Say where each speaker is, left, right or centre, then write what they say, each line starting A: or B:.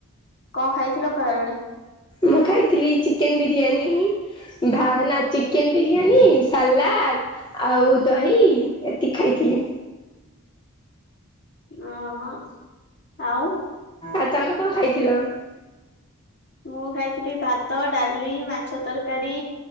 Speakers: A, on the left; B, on the left.
A: କଂ ଖାଇଥିଲ ଖରା ବେଳେ?
B: ମୁ ଖାଇଥିଲି ଚିକେନ ବିରିୟାନୀ। ଭ ନା ଚିକେନ ବିରିୟାନୀ ସାଲାଦ- - ଆଉ ଦହି ଏତିକି ଖାଇଥିଲି।
A: ଓହୋ - -ଆଉ।
B: ଆଉ ତମେ କଂ ଖାଇଥିଲ?
A: ମୁଁ ଖାଇଥିଲି ଭାତ ଡାଲି, ମାଛ ତରକାରୀ,